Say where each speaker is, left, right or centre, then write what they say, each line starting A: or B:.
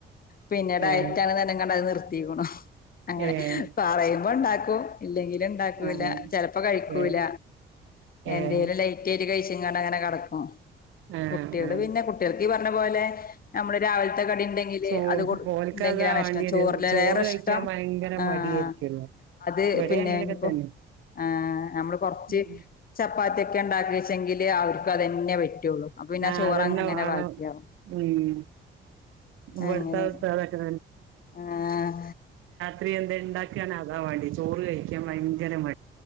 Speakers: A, on the left; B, on the right.
A: പിന്നേ ഡയറ്റാണ്ന്നർഞ്ഞ്
B: ഏഹ്
A: ക്കാണ്ടത് നിർത്തിക്കുണു. അങ്ങനെ
B: ഏഹ്
A: പറയുമ്പോ ണ്ടാക്കും ഇല്ലെങ്കില് ണ്ടാക്കൂല
B: ആഹ്
A: ചെലപ്പോ കഴിക്കൂല
B: ഏഹ് ഏഹ്
A: എന്തേലും ലൈ യിട്ട് കഴിച്ച്ങ്ങാണ്ടങ്ങനെ കടക്കും
B: ആഹ്
A: കുട്ട്യള്
B: ആഹ്
A: പിന്നെ കുട്ട്യൾക്കീ പർഞ്ഞ പോലെ നമ്മള് രാവിൽത്തെ കടിണ്ടെ ങ്കില്
B: ചോറ്
A: അത് കൊട്
B: ഓൽക്കതാ
A: ണ്ടെങ്കിലാണ്
B: വാണ്ടിയത്
A: ഇഷ്ടം ചോറിലേറെ
B: ചോറ് കഴിക്കാൻ
A: ഇഷ്ടം
B: ഭയങ്കര
A: ആഹ്
B: മടിയായിരിക്കുല്ലോ
A: അത്
B: ഇവിടെ
A: പിന്നെ
B: അങ്ങനെയൊക്കെ
A: ഇനിയിപ്പൊ
B: തന്നെ
A: ഏഹ് നമ്മള് കൊർച്ച്
B: ഉം
A: ചപ്പാത്തിയൊക്കെ ണ്ടാക്യേച്ചെങ്കില് അവർക്ക് അതെന്നെ പെറ്റുള്ളൂ അപ്പൊ പിന്നെ
B: ആഹ്
A: ചോറങ്ങനെ
B: അതന്നെ വേണം
A: ബാക്ക്യാവും
B: ഉം ഇവിടുത്തെ
A: അങ്ങനെ
B: അവസ്ഥ അതൊക്കെ
A: ആഹ്
B: ത്രീ എന്തേം ണ്ടാക്കാണേ അതാ വാണ്ടിയെ, ചോറ് കഴിക്കാൻ ഭയങ്കര മ